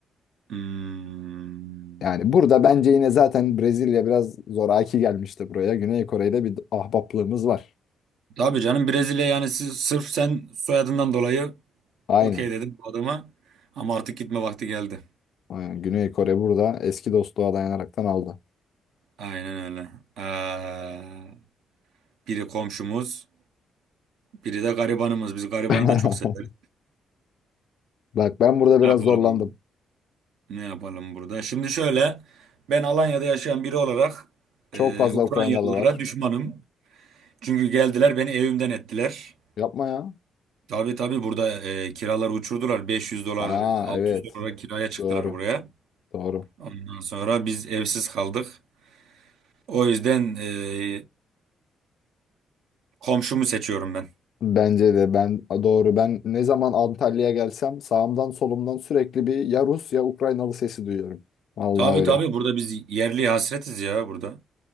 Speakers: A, on the right; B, on the left.
A: Hmm.
B: Yani burada bence yine zaten Brezilya biraz zoraki gelmişti buraya. Güney Kore ile bir ahbaplığımız var.
A: Tabii canım Brezilya yani siz, sırf sen soyadından dolayı
B: Aynen.
A: okey dedim bu adama. Ama artık gitme vakti geldi.
B: Aynen. Güney Kore burada eski dostluğa dayanaraktan aldı.
A: Aynen öyle. Ee, biri komşumuz, biri de garibanımız. Biz garibanı
B: <laughs>
A: da çok severiz.
B: Bak ben burada
A: Ne
B: biraz
A: yapalım?
B: zorlandım.
A: Ne yapalım burada? Şimdi şöyle, ben Alanya'da yaşayan biri olarak e,
B: Çok fazla
A: Ukraynalılara
B: Ukraynalı var.
A: düşmanım. Çünkü geldiler beni evimden ettiler.
B: Yapma ya.
A: Tabii tabii burada e, kiraları uçurdular. 500 dolar,
B: Aa
A: 600
B: evet.
A: dolara kiraya çıktılar
B: Doğru.
A: buraya.
B: Doğru.
A: Ondan sonra biz evsiz kaldık. O yüzden e, komşumu seçiyorum ben.
B: Bence de ben doğru. Ben ne zaman Antalya'ya gelsem sağımdan solumdan sürekli bir ya Rus ya Ukraynalı sesi duyuyorum. Vallahi
A: Tabii
B: öyle.
A: tabii burada biz yerli hasretiz ya burada.